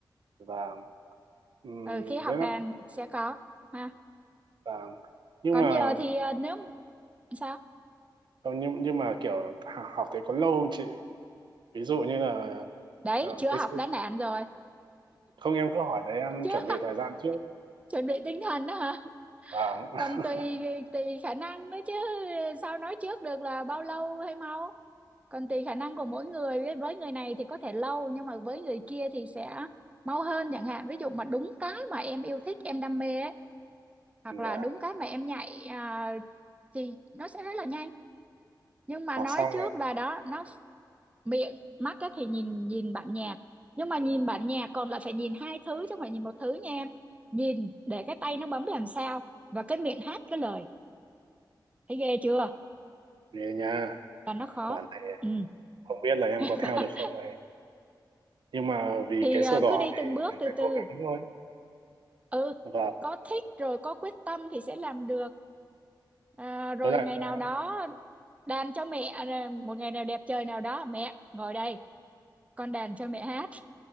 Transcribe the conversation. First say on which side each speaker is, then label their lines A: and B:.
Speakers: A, on the right; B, on the right.
A: và ừm,
B: ừ, khi học
A: với lại
B: đàn sẽ có ha
A: là nhưng
B: còn
A: mà
B: giờ thì ờ, nếu sao
A: không, nhưng nhưng mà kiểu h- học thế có lâu không chị ví dụ như là
B: đấy
A: ờ,
B: chưa
A: cái
B: học
A: sự-
B: đã nản rồi
A: không em cứ hỏi đấy em
B: chưa
A: chuẩn bị thời gian trước
B: <laughs> chuẩn bị tinh thần đó hả
A: và <laughs>
B: còn tùy tùy khả năng nữa chứ sao nói trước được là bao lâu hay mau còn tùy khả năng của mỗi người với với người này thì có thể lâu nhưng mà với người kia thì sẽ mau hơn chẳng hạn ví dụ mà đúng cái mà em yêu thích em đam mê ấy hoặc
A: và
B: là đúng cái mà em nhạy à, thì nó sẽ rất là nhanh nhưng mà
A: học
B: nói
A: xong
B: trước
A: này
B: là đó nó miệng mắt á thì nhìn nhìn bản nhạc nhưng mà nhìn bản nhạc còn lại phải nhìn hai thứ chứ không phải nhìn một thứ nha em nhìn để cái tay nó bấm làm sao và cái miệng hát cái lời thấy ghê chưa
A: nghề nha
B: và nó khó
A: quản này
B: ừ.
A: không biết là em
B: <laughs>
A: có theo được không này nhưng mà vì
B: thì
A: cái sổ
B: ờ,
A: đỏ
B: cứ đi
A: thì
B: từng bước
A: phải
B: từ
A: phải
B: từ
A: cố gắng thôi
B: ừ
A: và
B: có thích rồi có quyết tâm thì sẽ làm được à, rồi
A: với lại
B: ngày
A: có
B: nào đó đàn cho mẹ à, một ngày nào đẹp trời nào đó mẹ ngồi đây con đàn cho mẹ hát